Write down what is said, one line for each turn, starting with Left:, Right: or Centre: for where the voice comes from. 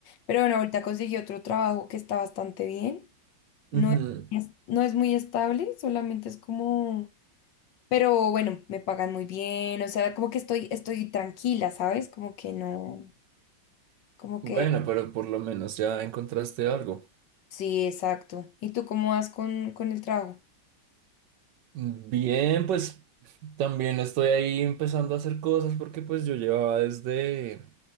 Left: pero bueno, ahorita conseguí otro trabajo que está bastante bien. No
Right: Ujú.
Left: es, es- no es muy estable, solamente es como, pero bueno, me pagan muy bien, o sea, como que estoy, estoy tranquila, ¿sabes? Como que no, como
Right: Bueno,
Left: que,
Right: pero por lo menos ya encontraste algo.
Left: sí, exacto. ¿Y tú cómo vas con, con el trabajo?
Right: Bien, pues también estoy ahí empezando a hacer cosas porque pues yo llevaba desde